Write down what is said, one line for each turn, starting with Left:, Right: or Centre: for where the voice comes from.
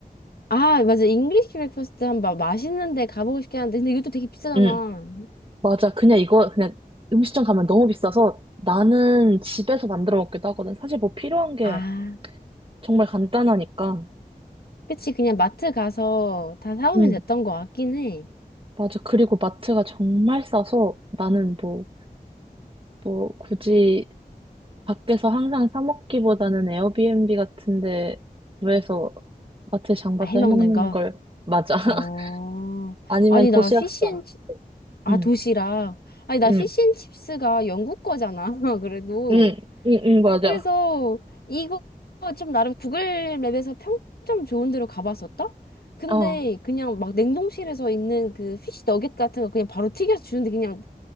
Left: 아, 맞아. 잉글리시 브렉퍼스트 한번 맛있는 데 가보고 싶긴 한데, 근데 이것도 되게 비싸잖아.
Right: 응, 맞아. 그냥 이거, 그냥 음식점 가면 너무 비싸서 나는 집에서 만들어 먹기도 하거든. 사실 뭐 필요한 게
Left: 아.
Right: 정말 간단하니까.
Left: 그치, 그냥 마트 가서 다 사오면
Right: 응,
Left: 됐던 거 같긴 해.
Right: 맞아. 그리고 마트가 정말 싸서 나는 뭐, 뭐, 굳이 밖에서 항상 사 먹기보다는 에어비앤비 같은 데 구해서 마트에 장 봐서
Left: 아, 해먹는
Right: 해 먹는
Left: 거?
Right: 걸, 맞아. <laughs>
Left: 어,
Right: 아니면
Left: 아니,
Right: 도시락사.
Left: 나 피시앤, 치- 아,
Right: 응,
Left: 도시락. 아니, 나
Right: 응,
Left: 피시앤칩스가 영국 거잖아, <laughs> 그래도.
Right: 응, 응, 응, 맞아.
Left: 그래서 이거 좀 나름 구글 맵에서 평점 좋은 데로 가봤었다? 근데
Right: 어.
Left: 그냥 막 냉동실에서 있는 그 피시 너겟 같은 거 그냥 바로 튀겨서 주는데 그냥